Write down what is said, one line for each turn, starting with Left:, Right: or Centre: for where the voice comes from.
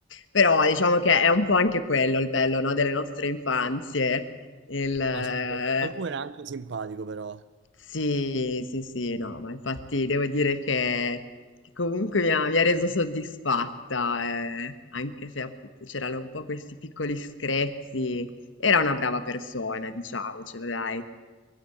Left: Però diciamo che è un po' anche quello il bello, no, delle nostre infanzie. Il, eh,
Right: Ma sì, per- qualcuno era anche simpatico, però.
Left: Sì, sì, sì, no, ma infatti devo dire che, che comunque mi ha, mi ha reso soddisfatta, eh, anche se appunto c'erano un po' questi piccoli screzi. Era una brava persona, diciamocelo, dai.